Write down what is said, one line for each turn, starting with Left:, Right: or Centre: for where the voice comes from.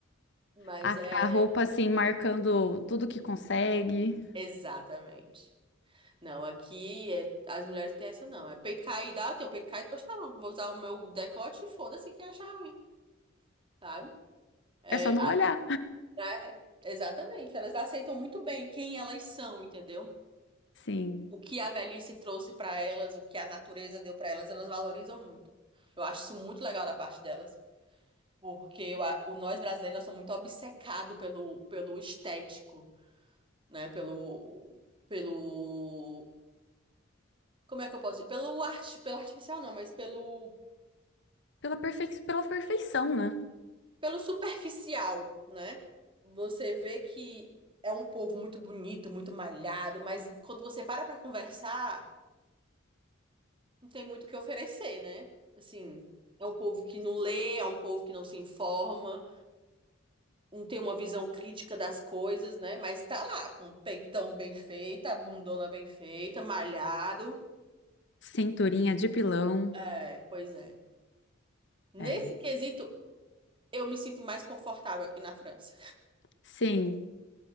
Right: Mas
Left: a,
Right: é
Left: a roupa assim, marcando tudo que consegue.
Right: exatamente. Não, aqui é... as mulheres têm essa não. É peito caído, ah, tem o peito caído, pois tá bom. Vou usar o meu decote e foda-se quem achar ruim, sabe? É,
Left: É só não olhar.
Right: né? Exatamente. Elas aceitam muito bem quem elas são, entendeu?
Left: Sim.
Right: O que a velhice trouxe pra elas, o que a natureza deu pra elas, elas valorizam muito. Eu acho isso muito legal da parte delas, porque eu a- o nós brasileiros nós somos muito obcecados pelo pelo estético, né? Pelo pelo como é que eu posso dizer? Pelo arte, pelo artificial não, mas pelo
Left: Pela perfei... pela perfeição, né?
Right: pelo superficial, né? Você vê que é um povo muito bonito, muito malhado, mas quando você para pra conversar não tem muito o que oferecer, né? Assim, é um povo que não lê, é um povo que não se informa, não tem uma visão crítica das coisas, né? Mas tá lá, com o peitão bem feito, a bundona bem feita, malhado.
Left: Cinturinha de pilão.
Right: É, pois é. Nesse
Left: É.
Right: quesito, eu me sinto mais confortável aqui na França.
Left: Sim.